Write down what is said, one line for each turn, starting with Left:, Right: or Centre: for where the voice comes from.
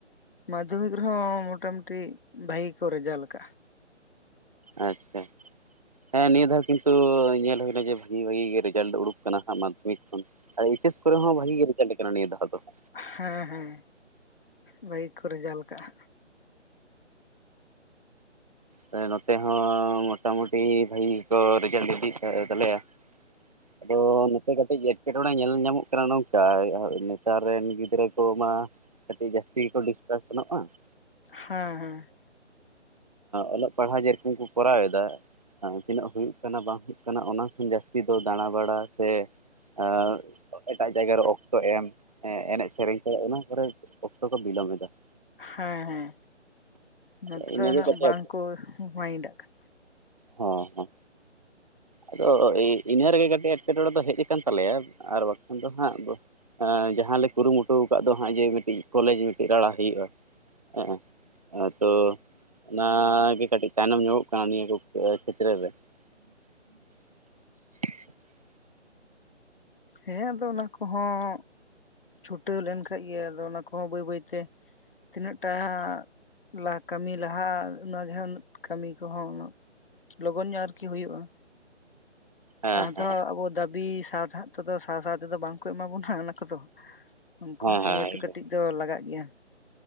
Left: ᱢᱟᱫᱽᱫᱷᱚᱢᱤᱠ ᱨᱮᱦᱚᱸ ᱢᱚᱴᱟ ᱢᱩᱴᱤ ᱵᱷᱟᱜᱤ ᱠᱚ ᱨᱮᱡᱟᱞ ᱟᱠᱟᱜ-ᱟ ᱾
Right: ᱟᱪᱪᱷᱟ ᱾ ᱦᱮᱸ ᱱᱤᱭᱟᱹ ᱫᱷᱟᱣ ᱠᱤᱱᱛᱩ ᱧᱮᱞ ᱦᱩᱭᱱᱟ ᱡᱮ ᱵᱷᱟᱜᱤ ᱵᱷᱟᱜᱤ ᱜᱮ ᱨᱮᱡᱟᱞᱴ ᱩᱰᱩᱠ ᱟᱠᱟᱱᱟ ᱦᱜ ᱢᱟᱫᱽᱫᱷᱚᱢᱤᱠ ᱠᱷᱚᱱ ᱾ ᱟᱨ ᱮᱪ ᱮᱥ ᱠᱚᱨᱮ ᱦᱚᱸ ᱵᱷᱟᱜᱤ ᱜᱮ ᱨᱮᱡᱟᱞᱴ ᱠᱟᱱᱟ ᱱᱤᱭᱟᱹ ᱫᱟᱣ ᱫᱚ ᱾
Left: ᱦᱮᱸ ᱦᱮᱸ ᱵᱷᱟᱜᱤ ᱠᱚ ᱨᱮᱡᱟᱞ ᱟᱠᱟᱜ-ᱟ ᱾
Right: ᱦᱮᱸ ᱱᱚᱛᱮ ᱦᱚᱸ ᱢᱚᱴᱟᱢᱩᱴᱤ ᱵᱷᱟᱜᱤ ᱜᱮᱠᱚ ᱨᱮᱡᱟᱞᱴ ᱤᱫᱤ ᱭᱮᱫ ᱛᱟᱞᱮᱭᱟ ᱾ <inaudible> ᱟᱫᱚ ᱱᱚᱛᱮ ᱠᱟᱹᱴᱤᱡ ᱮᱸᱴᱠᱮᱴᱚᱬᱮ ᱧᱮᱞ ᱧᱟᱢᱚᱜ ᱠᱟᱱᱟ ᱱᱚᱝᱠᱟ ᱱᱮᱛᱟᱨ ᱨᱮᱱ ᱜᱤᱫᱽᱨᱟᱹ ᱠᱚᱢᱟ ᱠᱟᱹᱴᱤᱡ ᱡᱟᱹᱥᱛᱤ ᱜᱮᱠᱚ ᱰᱤᱥᱠᱟᱥᱚᱱᱚᱜ-ᱟ ᱾
Left: ᱦᱮᱸ ᱦᱮᱸ᱾
Right: ᱚᱞᱚᱜ ᱯᱟᱲᱦᱟᱜ ᱡᱮᱨᱚᱠᱚᱢ ᱠᱚ ᱠᱚᱨᱟᱣ ᱮᱫᱟ ᱦᱮᱸ ᱛᱤᱱᱟᱹᱜ ᱦᱩᱭᱩᱜ ᱠᱟᱱᱟ ᱵᱟᱝ ᱦᱩᱭᱩᱜ ᱠᱟᱱᱟ ᱚᱱᱟ ᱠᱷᱚᱱ ᱡᱟᱹᱥᱛᱤ ᱫᱚ ᱫᱟᱬᱟᱵᱟᱲᱟ ᱥᱮ <unintelligible> ᱮᱴᱟᱜ ᱡᱟᱭᱜᱟ ᱨᱮ ᱚᱠᱛᱚ ᱮᱢ᱾ ᱦᱮᱸ ᱮᱱᱮᱡ ᱥᱮᱨᱮᱧ ᱛᱮ ᱚᱱᱟ ᱠᱚᱨᱮ ᱚᱠᱛᱚ ᱠᱚ ᱵᱤᱞᱚᱢ ᱮᱫᱟ ᱾
Left: ᱦᱮᱸ ᱦᱮᱸ ᱱᱚᱛᱮ
Right: ᱤᱱᱟᱹᱜᱮ
Left: ᱫᱚ ᱩᱱᱟᱹᱜ
Right: ᱠᱟᱹᱴᱤᱡ
Left: ᱵᱟᱝᱠᱚ ᱢᱟᱭᱤᱱᱰᱟᱜ ᱠᱟᱱᱟ ᱾
Right: ᱦᱮ ᱦᱮᱸ ᱟᱫᱚ ᱤᱱᱟᱹ ᱨᱮᱜᱮ ᱠᱟᱹᱴᱤᱡ ᱮᱴᱠᱮᱴᱚᱬᱮ ᱫᱚ ᱦᱮᱡ ᱟᱠᱟᱱ ᱛᱟᱞᱮᱭᱟ᱾ ᱟᱨ ᱵᱟᱝᱠᱷᱟᱱ ᱫᱚ ᱦᱟᱸᱜ ᱮ ᱡᱟᱦᱟᱸ ᱞᱮ ᱠᱩᱨᱩᱢᱩᱴᱩ ᱟᱠᱟᱫ ᱫᱚ ᱦᱟᱸᱜ ᱡᱮ ᱢᱤᱫᱴᱮᱡ ᱠᱚᱞᱮᱡᱽ ᱢᱤᱫᱴᱮᱡ ᱨᱟᱲᱟ ᱦᱩᱭᱩᱜᱼᱟ ᱾ ᱦᱮᱸ ᱛᱚ ᱚᱱᱟᱜᱮ ᱠᱟᱹᱴᱤᱡ ᱛᱟᱭᱱᱚᱢ ᱧᱚᱜᱚᱜ ᱠᱟᱱᱟ ᱱᱤᱭᱟᱹ ᱠᱚ ᱠᱷᱮᱛᱨᱮ ᱨᱮ᱾ <inaudible>
Left: ᱦᱮᱸ ᱟᱫᱚ ᱚᱱᱟ ᱠᱚᱦᱚᱸ ᱪᱷᱩᱴᱟᱹᱣ ᱞᱮᱱᱠᱟᱱ‌ ᱜᱮ ᱟᱫᱚ ᱚᱱᱟ ᱠᱚᱦᱚᱸ ᱵᱟᱹᱭ ᱵᱟᱹᱭᱛᱮ ᱛᱤᱱᱟᱹᱜ ᱴᱟ ᱦᱟᱸᱜ ᱞᱟᱦᱟ ᱠᱟᱹᱢᱤ ᱞᱟᱦᱟ ᱚᱱᱟᱱᱟ ᱡᱟᱦᱟᱱ ᱠᱟᱹᱢᱤ ᱠᱚᱦᱚᱸ ᱩᱱᱟᱹᱜ ᱞᱚᱜᱚᱱ ᱧᱚᱜ ᱟᱨᱠᱤ ᱦᱩᱭᱩᱜᱼᱟ
Right: ᱦᱮᱸ
Left: ᱟᱫᱷᱟ
Right: ᱦᱮᱸ
Left: ᱟᱵᱚ ᱫᱟᱹᱵᱤ ᱥᱟᱶᱛᱮ ᱦᱟᱸᱜ ᱱᱤᱛᱚᱜ ᱫᱚ ᱥᱟᱶ ᱥᱟᱶ ᱛᱮᱫᱚ ᱵᱟᱝ ᱠᱚ ᱮᱢᱟ ᱵᱚᱱᱟ ᱚᱱᱟ ᱠᱚᱫᱚ ᱩᱱᱠᱩ
Right: ᱦᱮᱸ
Left: ᱦᱚᱸ ᱥᱚᱢᱚᱭ
Right: ᱦᱮᱸ
Left: ᱫᱚ ᱠᱟᱹᱴᱤᱡ ᱫᱚ ᱞᱟᱜᱟᱜ ᱜᱮᱭᱟ᱾